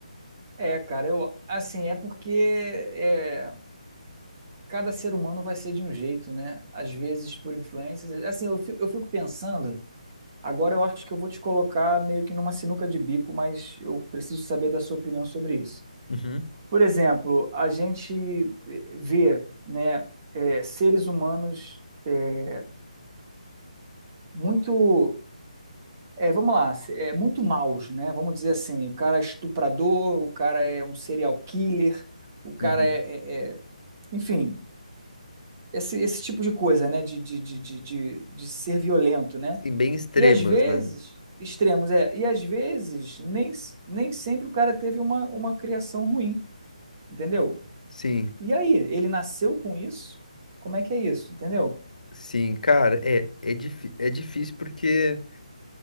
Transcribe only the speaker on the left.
Uhum.
uhum.
Sim, bem extremas,
né?
Sim,
sim, cara, é, é, difí- é difícil porque,